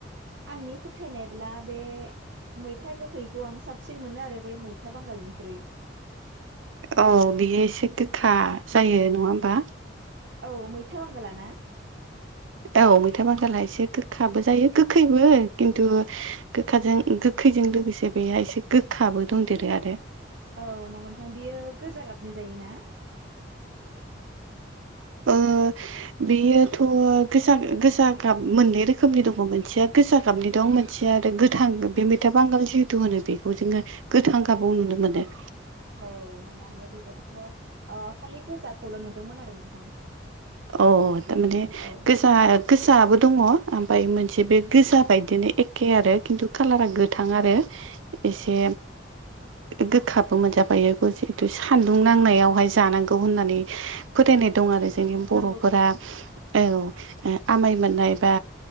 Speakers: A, on the right; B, on the right.
A: आंनि फोथायनायब्ला बे मैथा गोखैखौ आं साबसिन मोनो आरो बै मैथा बांगालनिख्रुइ।
B: औ बियो एसे गोखा जायो नङा होमबा?
A: औ मैथा बांगाला ना?
B: औ मैथा बागांला एसे गोखाबो जायो गोखैबो खिन्थु गोखाजों गोखैजों लोगोसे बेहाय एसे गोखाबो दंदेरो आरो।
A: औ नंगौ नोंथां बियो गोजा गाबनि जायोना?
B: ओ बेयोथ' गोजा गोजा गाब मोननै रोखोमनि दङ मोनसेया गोजा गाबनि दं मोन सेया आरो गोथां बे मैथा बांगाल जिहेथु होनो बेखौ जोङो गोथां गाबाव
A: औ
B: नुनो मोनो।
A: औ माने आङो बेबायदिथ' खालि गोजाखौल' नुदोंमोन आरो नोंथां।
B: अ थारमाने
A: औ
B: गोज जा गोजाबो दङ ओमफ्राय मोनसे बे गोजा बायदिनो एखे आरो खिन्थु कालारा गोथां आरो।
A: <inaudible>
B: एसे गोखाबो मोनजाफायो जिहेथु सान्दुं नांनायावहाय जानांगौ होननानै फोथायनाय दं आरो जोंनि बर'फोरा
A: नंगौ <inaudible>
B: आमाइ मोननाय बा